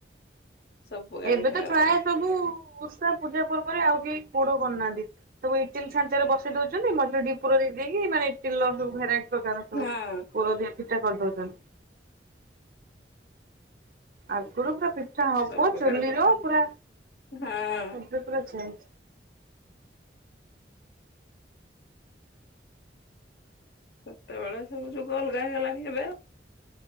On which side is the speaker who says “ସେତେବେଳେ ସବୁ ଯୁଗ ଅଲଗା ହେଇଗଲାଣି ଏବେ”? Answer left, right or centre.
Left